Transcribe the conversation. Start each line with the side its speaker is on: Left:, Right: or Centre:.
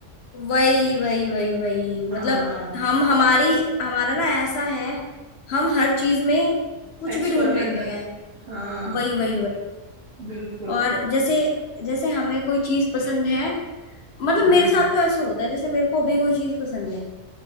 Left: वही वही वही वही
Right: हाँ
Left: मतलब हम हमारी हमारा ना ऐसा है हम हर चीज में कुछ
Right: एक्सपेरिमेंट
Left: भी ढूंढ लेते हैं
Right: हाँ
Left: वही वही वही
Right: बिल्कुल
Left: और जैसे जैसे हमें कोई चीज पसंद है मतलब
Right: हम्म
Left: मेरे साथ तो ऐसे होता है जैसे मेरे को अभी कोई चीज पसंद है